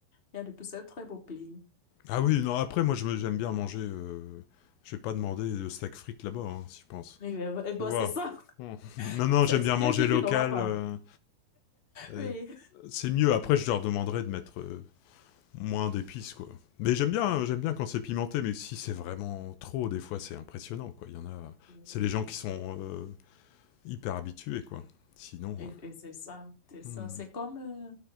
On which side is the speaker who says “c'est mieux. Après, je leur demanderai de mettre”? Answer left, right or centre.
Left